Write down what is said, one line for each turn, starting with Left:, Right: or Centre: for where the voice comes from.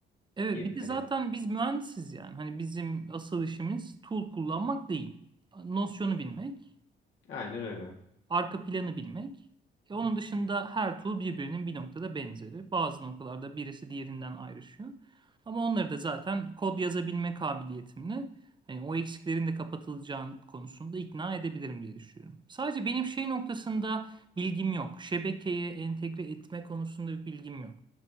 Right: Evet,
Left: Ki
Right: bir de
Left: hani
Right: zaten biz mühendisiz yani. Hani bizim asıl işimiz tool kullanmak değil. Nosyonu bilmek.
Left: aynen öyle.
Right: arka planı bilmek. E, onun dışında her tool birbirinin bir noktada benzeri. Bazı noktalarda birisi diğerinden ayrışıyor. Ama onları da zaten kod yazabilme kabiliyetimle hani o eksiklerin de kapatılacağını konusunda ikna edebilirim diye düşünüyorum. Sadece benim şey noktasında bilgim yok. Şebekeye entegre etme konusunda bir bilgim yok.